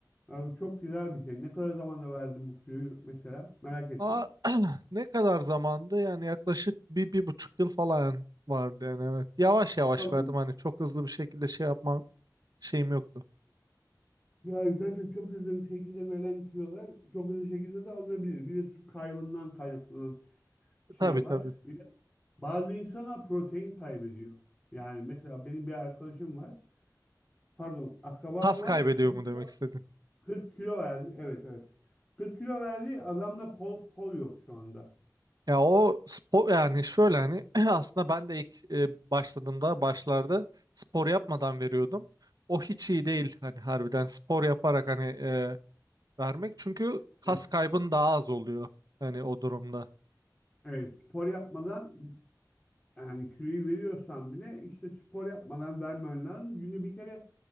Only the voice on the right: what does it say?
Aa, <clears throat> ne kadar zamandı yani yaklaşık bir, bir buçuk yıl falan vardı yani evet. Yavaş yavaş
verdim hani çok hızlı bir şekilde şey yapma şeyim yoktu.
Tabii
tabii.
Kas
kaybediyor
mu
demek istedin?
Ya o spor yani şöyle hani <clears throat> aslında ben de ilk e, başladığımda başlarda spor yapmadan veriyordum. O hiç iyi değil hani harbiden spor yaparak hani e, vermek çünkü kas
kaybın daha az oluyor hani o durumda.